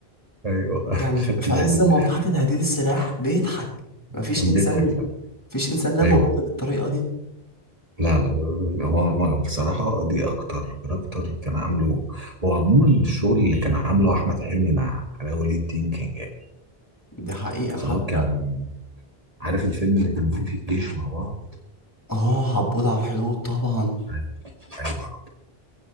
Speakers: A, on the right; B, on the left.
A: أيوه
B: يعني في
A: خدت
B: في
A: بالي
B: عز ما هو تحت تهديد السلاح بيضحك مفيش
A: كان
B: انسان
A: بيضحك فعلا
B: مفيش انسان لا مبالي
A: أيوه
B: بالطريقه دي
A: لا لا هو بصراحة دي أكتر كاركتر كان عامله هو عموما الشغل اللي كان عامله أحمد حلمي مع علاء ولي الدين كان جامد
B: دي حقيقه
A: سواء
B: حتى
A: كان عارف الفيلم اللي كانوا فيه في الجيش مع بعض
B: اه عبود على الحدود طبعا
A: أيوه أيوه